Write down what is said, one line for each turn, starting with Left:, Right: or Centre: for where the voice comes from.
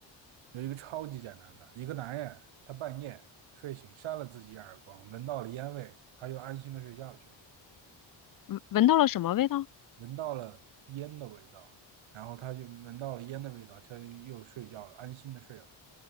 Right: 有一个超级简单的，一个男人他半夜睡醒扇了自己一耳光，闻到了烟味，他又安心的睡觉去了，
Left: 闻闻到了什么味道？
Right: 闻到了烟的味道，然后他就闻到了烟的味道，他就又睡觉，安心的睡了。